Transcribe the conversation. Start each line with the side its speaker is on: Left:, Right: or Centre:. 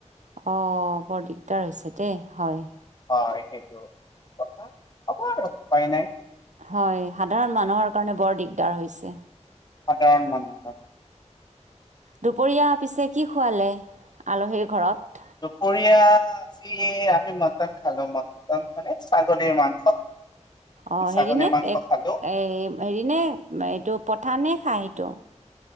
Right: অ বৰ দিগদাৰ হৈছে দেই হয়।
Left: হয় সেইটো কথা হ'ব আৰু উপায় নাই।
Right: হয় সাধাৰণ মানুহৰ কাৰণে বৰ দিগদাৰ হৈছে।
Left: সাধাৰণ মানুহ।
Right: দুপৰীয়া পিছে কি খুৱালে আলহীৰ ঘৰত?
Left: দুপৰীয়া আজি আমি মটন খালোঁ মটন মানে ছাগলীৰ মাংস। আমি
Right: অ
Left: ছাগলীৰ
Right: হেৰি নে
Left: মাংস
Right: এক
Left: খালো
Right: এ হেৰি নে এইটো পঠা নে? খাইটো।